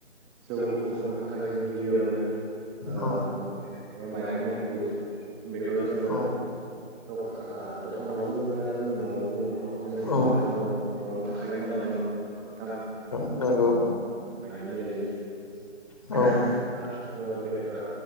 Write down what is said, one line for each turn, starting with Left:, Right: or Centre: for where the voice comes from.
Centre: जौखौ संनो थाखाय जों गिबियावनो ओ
Left: औ
Centre: न एबा माइरं एंखुर बेखौ जोङो
Left: औ
Centre: दख ओ दखानावबो मोनो आरो जों न'आवबो न जोंनियाथ'
Left: औ
Centre: माइरंआ न' न'आवनो थाखायो नालाय न' <inaudible> दां।
Left: नोंगौ।
Centre: बायनानै लायो।
Left: औ
Centre: जोङो बे ओ